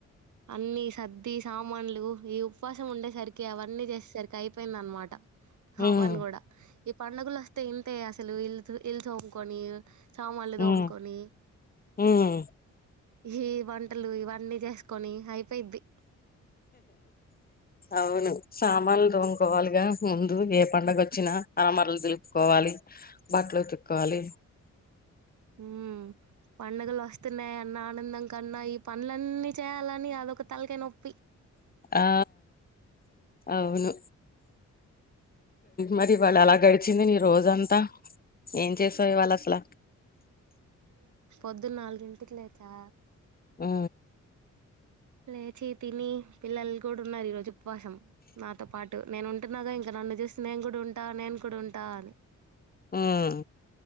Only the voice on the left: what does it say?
ఉమ్,
ఉమ్,
ఉమ్.
అవును సామానులు దోముకోవాలిగా ముందు ఏ పండగ వచ్చినా అరమరలు దులుపుకోవాలి బట్టలు ఉతుక్కోవాలి
ఆ అవును మరి ఇవాళ ఎలా గడిచింది నీ రోజంతా ఏం చేసావు ఇవాళ అసల
ఆ
హ్మ్